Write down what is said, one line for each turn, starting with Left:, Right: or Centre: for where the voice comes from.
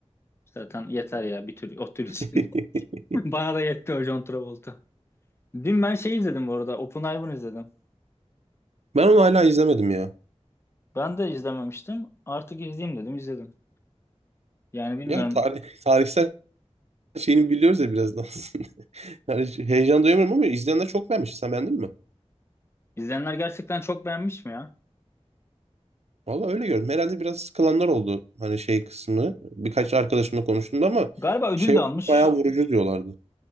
Left: Zaten yeter ya bir tür o tür
Right: <laughs>
Left: için. <laughs> Bana da yetti o John Travolta. Dün ben şey izledim bu arada. Oppenheimer izledim.
Right: Ben onu hala izlemedim ya.
Left: Ben de izlememiştim. Artık izleyeyim dedim izledim. Yani bilmiyorum.
Right: Ya tarih, tarihsel şeyini biliyoruz ya biraz da aslında. <laughs> Yani heyecan duyamıyorum ama izleyenler çok beğenmiş. Sen beğendin mi?
Left: İzleyenler gerçekten çok beğenmiş mi ya?
Right: Valla öyle gördüm. Herhalde biraz sıkılanlar oldu. Hani şey kısmı. Birkaç arkadaşımla konuştum ama
Left: Galiba ödül
Right: şey
Left: de almış.
Right: bayağı vurucu diyorlardı.